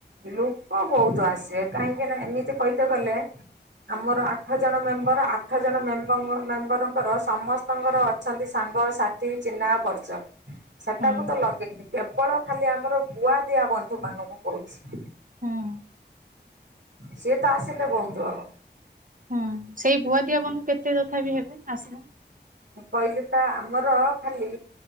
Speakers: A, on the right; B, on the right.
A: ଲୁକ ବହୁତ ଆସିବେ କାହିଁକି ନା ଏମିତି କହିତ ଗଲେ ଆମର ଆଠ ଜଣ ମେମ୍ବର ଆଠ ଜଣ ମେମ୍ୱ ମେମ୍ବରଙ୍କର ସମସ୍ତଙ୍କର ଅଛନ୍ତି ସାଙ୍ଗ ସାଥି ଚିହ୍ନା ପର୍ଚ ସେଟାକୁ
B: ହଁ
A: ତ ଲଗେଇନି କେବଳ ଖାଲି ଆମର ଗୁଆ ଦିଆ ବନ୍ଧୁ ମାନଙ୍କୁ କହୁଛି
B: ହଁ।
A: ସିଏ ତ ଆସିଲେ ବହୁତ ହବ।
B: ହୁଁ ସେଇ ଗୁଆଦିଆ ବନ୍ଧୁ କେତେ ତଥା ବିି ହେବେ ଆସିଲା?
A: କହିଲି ପା ଆମର ଖାଲି